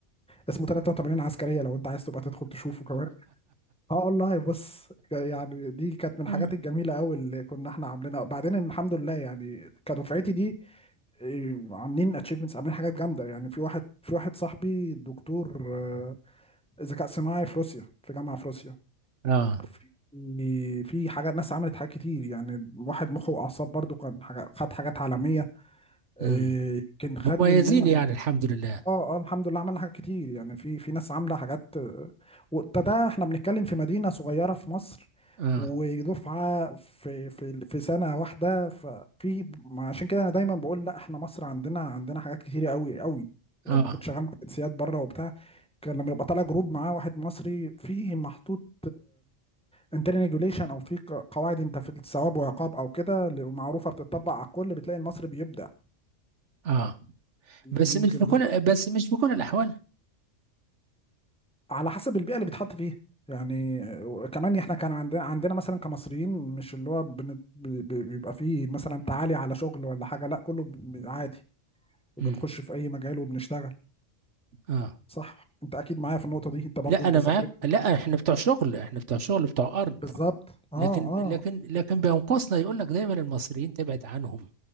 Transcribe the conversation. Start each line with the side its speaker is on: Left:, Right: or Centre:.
Centre: اسمه 83 عسكريه لو انت عايز تبقى تدخل تشوفه كمان اه والله بص يعني دي كانت من الحاجات
Right: <laughs>
Centre: الجميله قوي اللي كنا احنا عاملينها بعدين الحمد لله يعني كدفعتي دي إيه، عاملين اتشيفمنتس عاملين حاجات جامده يعني في واحد في واحد صاحبي دكتور آه، ذكاء صناعي في روسيا في جامعه في روسيا
Right: اه
Centre: في في حاجات ناس عملت حاجات كتير يعني واحد مخه واعصاب برضو كان حاجة خد حاجات عالميه
Right: امم
Centre: إيه، يمكن خد
Right: مميزين
Centre: مننا
Right: يعني الحمد لله
Centre: اه اه الحمد لله عملنا حاجات كتير يعني في في ناس عامله حاجات وده ده احنا بنتكلم في مدينه صغيره في مصر
Right: اه
Centre: ودفعه في في في سنه واحده ففي ما عشان كده انا دايما بقول لا احنا مصر عندنا عندنا حاجات كتير قوي قوي ولما
Right: اه
Centre: كنت شغال مع جنسيات بره وبتاع كان لما يبقى طالع جروب معاه واحد مصري فيه محطوط انترنال ريجوليشن او في ق- قواعد انت في الثواب وعقاب او كده ل- معروفه بتطبق على الكل بتلاقي المصري بيبدع
Right: اه
Centre: دي
Right: بس
Centre: دي
Right: مش
Centre: يمكن
Right: في كل
Centre: ده
Right: بس مش في كل الاحوال
Centre: على حسب البيئه اللي بيتحط فيها يعني آه، كمان احنا كان عندنا عندنا مثلا كمصريين مش اللي هو بن- بي- بي- بيبقى فيه مثلا تعالي على شغل ولا حاجه لا كله ب- عادي وبنخش
Right: امم
Centre: في اي مجال وبنشتغل
Right: اه
Centre: صح انت اكيد معايا في النقطه دي انت برضو
Right: لا
Centre: انت
Right: انا
Centre: سافرت
Right: معاك لا احنا بتوع شغل احنا بتوع شغل بتوع ارض
Centre: بالظبط اه
Right: لكن
Centre: اه
Right: لكن لكن بينقصنا يقول لك دايما المصريين تبعد عنهم